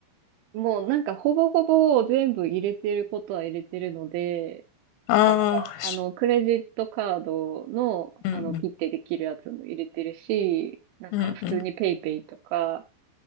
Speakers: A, on the right; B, on the left.
A: もうなんかほぼほぼ全部入れてることは入れてるので、
B: ああ、
A: まあなんかあのクレジットカードのあのピッてできるやつも入れてるし、
B: しうん
A: なんか普通にペイペイとか
B: うん、うんうん。